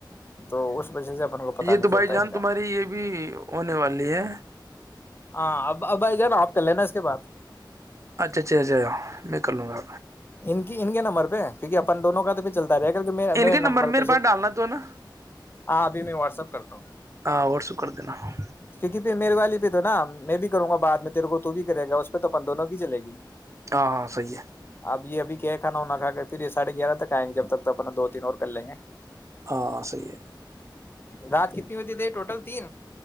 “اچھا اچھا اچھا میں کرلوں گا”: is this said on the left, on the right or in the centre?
Right